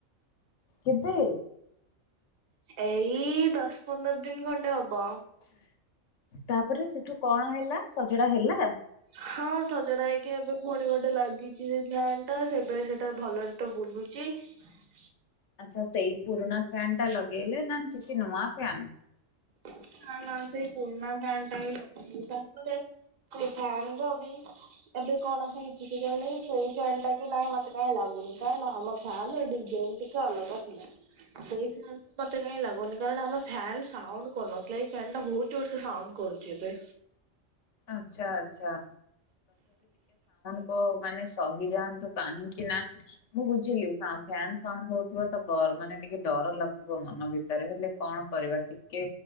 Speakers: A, on the left; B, on the right.
A: କେବେ?
B: ଏଇ ଦଶ ପନ୍ଦର ଦିନ ଖଣ୍ଡେ ହବ।
A: ତାପରେ ସେଠୁ କଣ ହେଲା ସଜଡା ହେଲା?
B: ହଁ ସଜଡା ହେଇକି ଏବେ ପୁଣି ଗୋଟେ ଲାଗିଛି ସେ ଫ୍ୟାନ୍ ଟା ସେବେ ସେଇଟା ଭଲରେ ତ ବୁଲୁଛି। ଇ।
A: ଆଁଛା ସେଇ ପୁରୁଣା ଫ୍ୟାନ୍ ଟା ଲଗେଇଲେ ନା କିଛି ନୂଆ ଫ୍ୟାନ୍?
B: ନାଁ ନାଁ ସେଇ ପୁରୁଣା ଫ୍ୟାନ୍ ଟା ହିଁ ଲଗାହେଇଛି‌ ତାପରେ ସେଇ ଫ୍ୟାନ୍ ର ବି ଏବେ କଣ ହେଇଛି କେଜାଣି ସେଇ ଫ୍ୟାନ୍ ଟା ବି ନାଇଁ ମତେ କାଇଁ ଲାଗୁ ନି କାରଣ ଆମ ଫ୍ୟାନ୍ ର ଡିଜାଇନ୍ ଟିକେ ଅଲଗା ଥିଲା। ସେଇଥିପାଇଁକି ମତେ କାଇଁ ଲାଗୁନି କାରଣ ଆମ ଫ୍ୟାନ୍ ସାଉଁଣ୍ଡ କଲମ୍। ଏଇ ଫ୍ୟାନ୍ ଟା ବହୁତ ଜୋର୍ ସେ ସାଉଁଣ୍ଡ କରୁଛି ଏବେ।
A: ଆଚ୍ଛା ଆଚ୍ଛା ତ ମାନେ ସହିଯାଆନ୍ତୁ କାହିଁକି ନାଁ ମୁଁ ବୁଝିଲି ସା ଫ୍ୟାନ୍ ସାଉଁଣ୍ଡ ହଉଥିବା ତ ବ ଡ଼ ମାନେ ଟିକେ ଡର ଲାଗୁଥିବ ମନ ଭିତରେ ହେଲେ କଣ କରିବା ଟି କେ